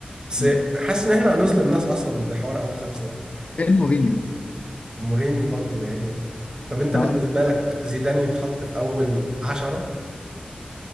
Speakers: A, on the right (about 25°); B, on the left (about 45°).
A: بس
B: مم.
A: حاسس ان احنا هنظلم ناس اصلا بحوار اول خمسة ده
B: فين مورينيو؟
A: مورينيو برضه يعني إيه. طب انت
B: اه
A: بالنسبة لك زيدان يتحط في اول عشرة